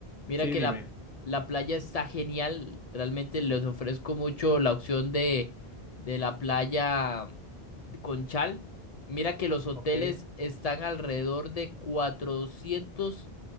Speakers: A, on the left (about 45°); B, in the centre.
A: Mira
B: Sí,
A: que
B: dime.
A: la, la playa está genial, realmente les ofrezco mucho la opción de, de la playa con chal. Mira que los hoteles
B: Ok.
A: están alrededor de 400